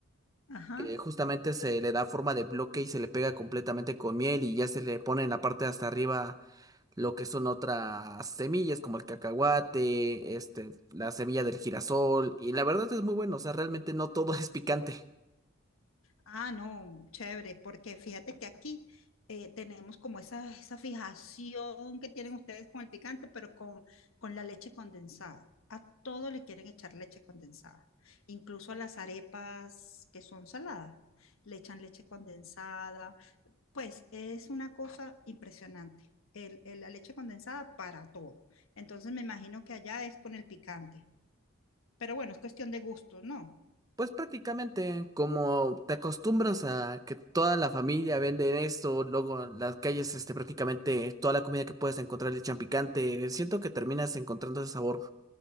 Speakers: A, on the left; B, on the right.
A: ajá.
B: que justamente se le da forma de bloque y se le pega completamente con miel y ya se le pone en la parte de hasta arriba lo que son otras semillas como el cacahuate, este, la semilla del girasol, y la verdad es muy bueno, o sea, realmente no todo <laughs> es picante.
A: Ah, no, chévere, porque fíjate que aquí eh, tenemos como esa, esa fijación que tienen ustedes con el picante, pero con, con la leche condensada. A todo le quieren echar leche condensada, incluso a las arepas que son saladas, le echan leche condensada. Pues es una cosa impresionante, el, el- la leche condensada para todo. Entonces me imagino que allá es con el picante, pero bueno, es cuestión de gusto, ¿no?
B: Pues prácticamente como te acostumbras a que toda la familia vende esto, luego en las calles, este, prácticamente toda la comida que puedes encontrar le echan picante, siento que terminas encontrando ese sabor.